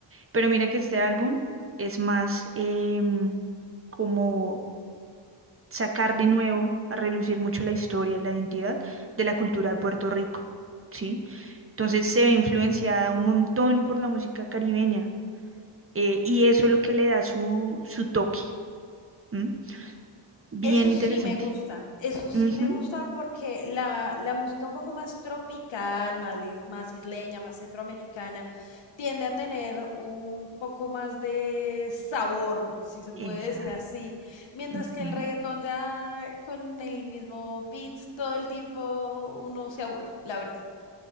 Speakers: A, on the right; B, on the left.
A: Pero mira que este álbum es más em, como sacar de nuevo a relucir mucho la historia, la identidad de la cultura de Puerto Rico, ¿sí? Entonces se ve influenciada un montón por la música caribeña eh, y eso es lo que le da su, su toque. ¿m? Bien
B: Eso
A: interesante.
B: sí me gusta, eso sí
A: Ujú,
B: me gusta porque la, la música un poco más tropical, más, li- más isleña, más centroamericana, tiende a tener un poco más de sabor, si se puede
A: esa.
B: decir así, mientras
A: ujú.
B: que el reggaetón ya con el mismo beat todo el tiempo uno se aburre, la verdad.